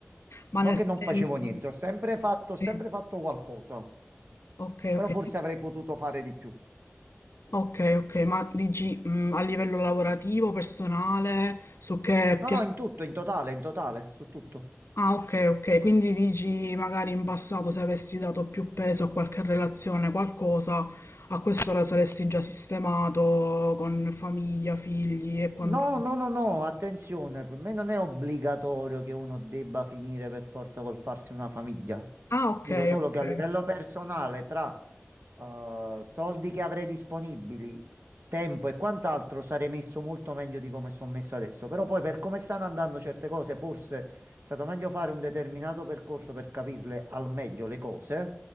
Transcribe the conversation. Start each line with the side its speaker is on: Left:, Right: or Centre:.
Left: Ma nel
Right: Non che non
Left: senso...
Right: facevo niente, ho sempre fatto, ho
Left: Sì.
Right: sempre fatto qualcosa,
Left: Ok,
Right: però
Left: ok.
Right: forse avrei potuto fare di più.
Left: Ok, ok, ma dici mm, a livello lavorativo, personale, su che
Right: No,
Left: piano?
Right: no, in tutto, in totale, in totale, su tutto.
Left: Ah, ok, ok, quindi dici magari in passato se avessi dato più peso a qualche relazione, qualcosa, a quest'ora saresti già sistemato con famiglia, figli e quant'altro.
Right: No, no, no, no, attenzione, per me non è obbligatorio che uno debba finire per forza col farsi una famiglia.
Left: Ah, ok,
Right: Dico
Left: ok.
Right: solo che a livello personale, tra eh, soldi che avrei disponibili, tempo e quant'altro, sarei messo molto meglio di come sono messo adesso. Però poi per come stanno andando certe cose, forse è stato meglio fare un determinato percorso per capirle al meglio le cose,